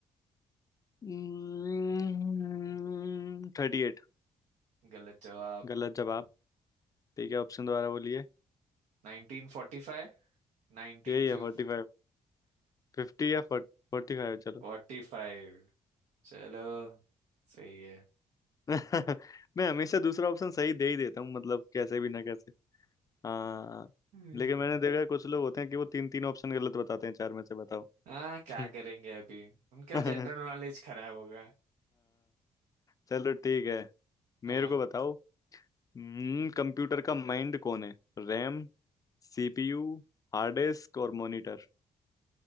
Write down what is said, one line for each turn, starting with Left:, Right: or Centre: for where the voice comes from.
Left: हम्म, थर्टी एट
Right: गलत जवाब
Left: गलत जवाब ठीक है ऑप्शन दोबारा बोलिए
Right: नाइनटीन फोर्टी फाइव नाइनटीन
Left: यही
Right: फिफ्टी
Left: है फोर्टी फिफ्टी या फोर्टी फाइव चलो
Right: फोर्टी फाइव चलो सही है <laughs>
Left: <laughs> मैं हमेशा दूसरा ऑप्शन सही दे ही देता हूँ मतलब कैसे भी ना कैसे हाँ
Right: हम्म,
Left: लेकिन मैंने देखा है कुछ लोग होते हैं कि वो तीन तीन ऑप्शन गलत बताते हैं चार में से बताओ
Right: हाँ क्या
Left: <laughs>
Right: करेंगे अभी उनका
Left: हाँ
Right: जनरल नॉलेज खराब होगा
Left: चलो ठीक है
Right: हाँ
Left: मेरे को बताओ हम्म, कंप्यूटर का माइंड कौन है रैम सीपीयू हार्ड डिस्क और मॉनिटर